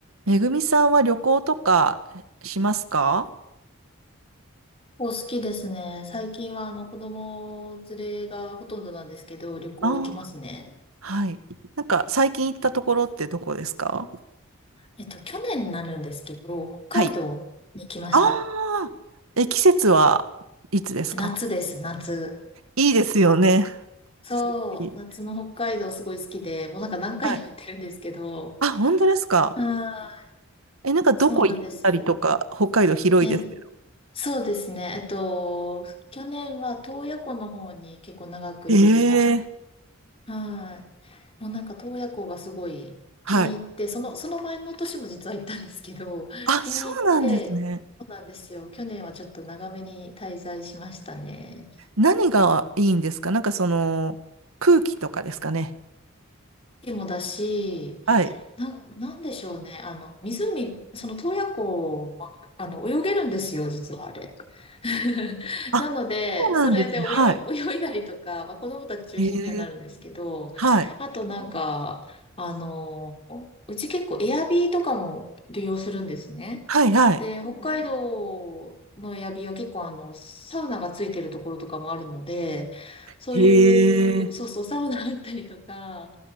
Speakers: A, on the right; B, on the left.
A: めぐみさんは旅行とかしますか
B: お好きですね。最近はあの子供連れがほとんどなんですけど、旅行行きますね。
A: ああーはい。なんか最近行ったところってどこですか
B: えっと、去年になるんですけど、北海道に来ました。
A: はい。ああ、え、季節はいつですか
B: 夏です、夏。
A: いいですよね。
B: そう、
A: <laughs> いい
B: 夏の北海道すごい好きで、もうなんか何回も行ってるんですけど、
A: はい。あ、本当ですか
B: はい、
A: え、なんかどこ行ったりとか、
B: そうなんですよ。
A: 北海道広いです
B: え、そうですね。えっと、去年は洞爺湖の方に結構長くいました。
A: ええ
B: はい。もうなんか洞爺湖がすごい気に入って、
A: はい。
B: その、その前の年も実は行ったんですけど、<laughs>
A: あ、
B: 気に入って、
A: そうなんですね。
B: そうなんですよ。去年はちょっと長めに滞在しましたね。
A: 何がいいんですかなんかその、空気とかですかね。
B: 雪もだし、
A: はい。
B: なん、なんでしょうね。あの、湖、その洞爺湖は、あの、泳げるんですよ、実はあれ。<laughs>
A: あ、
B: なので、
A: そうなんですね。
B: それで泳い、
A: はい。
B: 泳いだりとか、まあ、子供たち中心にはなるんですけど、
A: ええはい。
B: あとなんか、あの、うち結構エアビーとかも利用するんですね。
A: はい、はい。
B: で、北海道のエアビーは結構あの、サウナがついてるところとかもあるので、そういう、
A: へえ。
B: そうそう、サウナ入ったりとか、